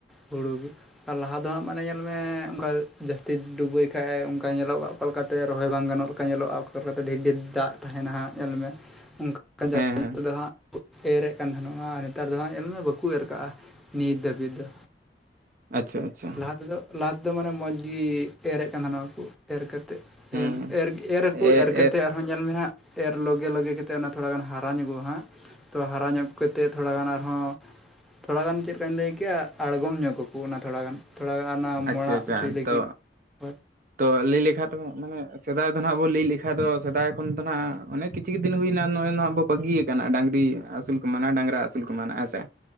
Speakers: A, in the centre; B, on the right (about 50°).
A: ᱦᱩᱲᱩ ᱟᱨ ᱞᱟᱦᱟ ᱫᱚ ᱦᱟᱸᱜ ᱢᱟᱱᱮ ᱧᱮᱞ ᱢᱮ ᱚᱝᱠᱟ ᱡᱟᱹᱥᱛᱤ ᱰᱩᱵᱟᱹᱭ ᱠᱷᱟᱡ ᱮ ᱚᱱᱠᱟ ᱧᱮᱞᱚᱜᱼᱟ᱾ ᱚᱠᱟ ᱞᱮᱠᱟᱛᱮ ᱨᱚᱦᱚᱭ ᱵᱟᱝ ᱜᱟᱱᱚᱜ ᱞᱮᱠᱟ ᱧᱮᱞᱚᱜᱼᱟ ᱚᱠᱟ ᱞᱮᱠᱟᱛᱮ ᱰᱷᱮᱨ ᱰᱷᱮᱨ ᱫᱟᱜ ᱛᱟᱦᱮᱱᱟ ᱦᱟᱸᱜ ᱧᱮᱞ ᱢᱮ ᱚᱱ ᱠᱟᱡᱟᱜ
B: ᱦᱮᱸ
A: ᱧᱚᱜ
B: ᱦᱮᱸ
A: ᱛᱮ ᱫᱚ ᱦᱟᱸᱜ ᱠᱚ ᱮᱨᱮᱫ ᱠᱟᱱ ᱛᱟᱦᱮᱱᱚᱜᱼᱟ᱾ ᱱᱮᱛᱟᱨ ᱫᱚ ᱦᱟᱜᱸ ᱧᱮᱞ ᱢᱮ ᱵᱟᱠᱩ ᱮᱨ ᱠᱟᱜᱼᱟ᱾ ᱱᱤᱛ ᱫᱷᱟᱹᱵᱤᱡ ᱫᱚ
B: ᱟᱪᱪᱷᱟ ᱟᱪᱪᱷᱟ
A: ᱞᱟᱦᱟ ᱛᱮᱫᱚ ᱞᱟᱦᱛᱮ ᱫᱚ ᱢᱟᱱᱮ ᱢᱚᱸᱡᱽ ᱜᱮ ᱮᱨᱮᱫ ᱠᱟᱱ ᱛᱟᱦᱮᱱᱟ ᱠᱩ᱾ ᱮᱨ ᱠᱟᱛᱮᱜ
B: ᱦᱮᱸ
A: ᱮᱨ ᱮᱨᱟᱠᱩ
B: ᱮ
A: ᱮᱨ ᱠᱟᱛᱮ
B: ᱮ
A: ᱟᱨᱦᱚᱸ ᱧᱮᱞ ᱢᱮ ᱦᱟᱸᱜ ᱮᱨ ᱞᱚᱜᱮ ᱞᱚᱜᱮ ᱠᱟᱛᱮᱫ ᱚᱱᱟ ᱛᱷᱚᱲᱟ ᱜᱟᱱ ᱦᱟᱨᱟ ᱧᱚᱜᱚᱜᱼᱟ᱾ ᱦᱟᱸᱜ ᱛᱚ ᱦᱟᱨᱟ ᱧᱚᱜ ᱠᱟᱛᱮᱫ ᱛᱷᱚᱲᱟᱜᱟᱱ ᱟᱨᱦᱚᱸ ᱛᱷᱚᱲᱟ ᱜᱟᱱ ᱪᱮᱫ ᱞᱮᱠᱟᱧ ᱞᱟᱹᱭ ᱠᱮᱭᱟ ᱟᱲᱜᱚᱢ ᱧᱚᱜᱟ ᱠᱚ ᱚᱱᱟ ᱛᱷᱚᱲᱟᱜᱟᱱ᱾ ᱛᱷᱚᱲᱟ ᱟᱱᱟ
B: ᱟᱪᱪᱷᱟ
A: ᱢᱚᱲᱟᱜ
B: ᱟᱪᱪᱷᱟ
A: ᱚᱪᱚᱭ ᱞᱟᱹᱜᱤᱫ᱾
B: ᱛᱚ
A: ᱦᱳᱭ
B: ᱛᱚ ᱞᱟᱹᱭ ᱞᱮᱠᱷᱟ ᱫᱚ ᱢᱟᱱᱮ ᱥᱮᱫᱟᱭ ᱫᱚ ᱱᱟᱜ ᱵᱚᱱ ᱞᱟᱹᱭ ᱞᱮᱠᱷᱟᱱ ᱫᱚ ᱥᱮᱫᱟᱭ ᱠᱷᱚᱱ ᱫᱚᱦᱱᱟᱜ ᱚᱱᱮᱠ ᱠᱤᱪᱷᱩ ᱫᱤᱱ ᱦᱩᱭᱱᱟ ᱱᱚᱜᱼᱚᱭ ᱱᱟᱦᱜ ᱵᱚ ᱵᱟᱹᱜᱤᱭᱮ ᱠᱟᱱᱟ ᱰᱟᱹᱝᱨᱤ ᱟᱹᱥᱩᱞ ᱠᱚ ᱢᱟᱱᱟ ᱰᱟᱝᱨᱟ ᱟᱹᱥᱩᱞ ᱠᱚ ᱢᱮᱱᱟᱜ-ᱟ᱾ ᱦᱮᱸ ᱥᱮ᱾